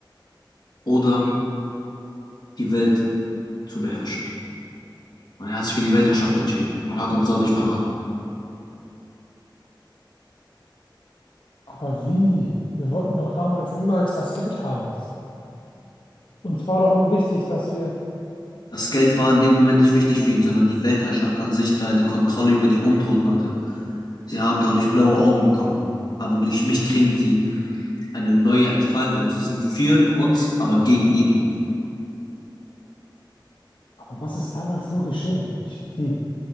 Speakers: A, on the left; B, on the left.
A: oder die Welt zu beherrschen. Und er hat sich für die Weltherrschaft entschieden und hat uns dadurch verraten.
B: Aber wie? Wir wollten doch damals niemals das Geld haben. Und zwar doch nur wichtig, dass wir.
A: Das Geld war in dem Moment nicht wichtig für ihn, sondern die Weltherrschaft an sich, da er die Kontrolle über die Untoten hatte. Sie haben dadurch blaue Augen bekommen. Aber durch mich kriegen sie eine neue Entfaltung. Sie sind für uns, aber gegen ihn.
B: Aber was ist damals nur geschehen? Ich habe die